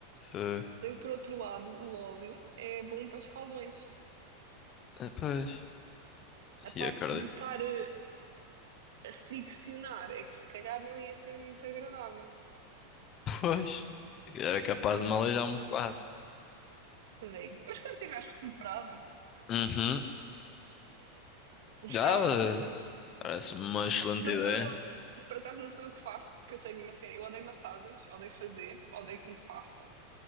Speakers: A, on the left; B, on the right.
A: Foi.
B: Só que por outro lado, o óleo é bom para escaldões.
A: Ah, Pois.
B: A parte
A: E acredito.
B: de estar eh, a, a friccionar é que se calhar não ia ser muito agradável.
A: Pois. Era capaz de me aleijar um bocado.
B: Eu digo, Mas quando tiveres recuperado,
A: Uhum.
B: pois
A: Já.
B: cá, olha,
A: eh, Parece-me uma excelente
B: não
A: ideia.
B: sou eu, por acaso não sou eu que faço, que eu tenho uma cena. Eu odeio massagens, odeio fazer, odeio que me façam,